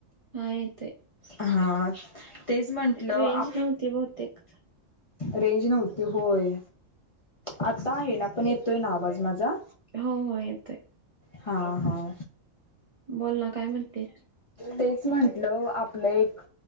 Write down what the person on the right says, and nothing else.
हा येतोय
रेंज
नव्हती बहुतेक
हो हो येतोय.
बोल ना काय म्हणते?